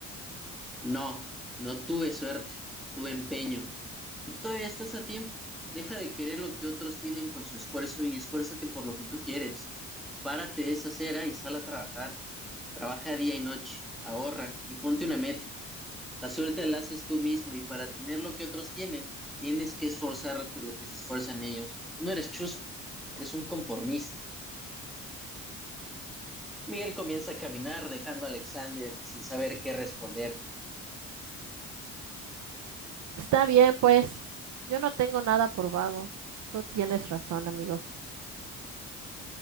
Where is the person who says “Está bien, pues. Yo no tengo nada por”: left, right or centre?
Right